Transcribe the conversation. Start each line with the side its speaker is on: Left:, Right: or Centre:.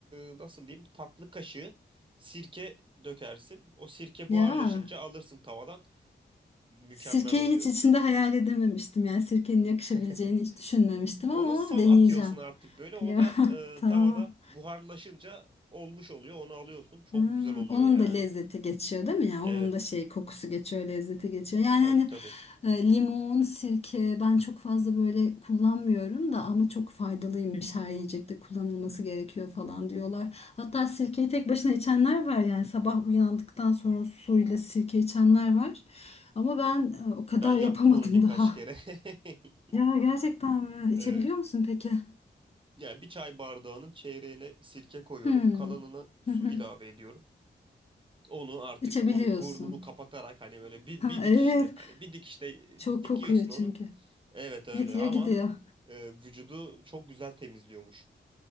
Right: e, nasıl diyeyim tatlı kaşığı sirke dökersin. O sirke
Left: Ya
Right: buharlaşınca alırsın tavadan. Mükemmel
Left: sirkeyi
Right: oluyor.
Left: hiç içinde hayal edememiştim. Yani sirkenin yakışabileceğini
Right: <laughs>
Left: hiç düşünmemiştim
Right: Onu
Left: ama
Right: son
Left: deneyeceğim.
Right: atıyorsun artık böyle. O
Left: <laughs>
Right: da
Left: Tamam.
Right: e, tavada buharlaşınca olmuş oluyor. Onu alıyorsun. Çok
Left: Hmm,
Right: güzel oluyor
Left: onun
Right: yani.
Left: da lezzeti geçiyor değil mi ya?
Right: Evet.
Left: Onun da şey kokusu geçiyor, lezzeti geçiyor. Yani
Right: Tabii
Left: hani
Right: tabii.
Left: e, limon, sirke ben çok fazla böyle kullanmıyorum da ama çok faydalıymış her yiyecekte kullanılması gerekiyor falan diyorlar. Hatta sirkeyi tek başına içenler var yani sabah uyandıktan sonra suyla sirke içenler var. Ama ben e, o
Right: Ben
Left: kadar
Right: yaptım
Left: yapamadım
Right: onu birkaç
Left: <laughs> daha.
Right: kere. <laughs>
Left: Ya gerçekten mi?
Right: Evet.
Left: İçebiliyor musun peki?
Right: Yani bir çay bardağının çeyreğine sirke koyuyorum.
Left: Hmm.
Right: Kalanına su
Left: <laughs>
Right: ilave ediyorum. Onu artık
Left: İçebiliyorsun.
Right: bur- burnumu kapatarak hani böyle bir, bir
Left: <laughs> Evet.
Right: dikişte hani bir dikişte
Left: Çok
Right: dikiyorsun
Left: kokuyor
Right: onu.
Left: çünkü.
Right: Evet öyle
Left: Bitiyor
Right: ama
Left: gidiyor.
Right: e, vücudu çok güzel temizliyormuş.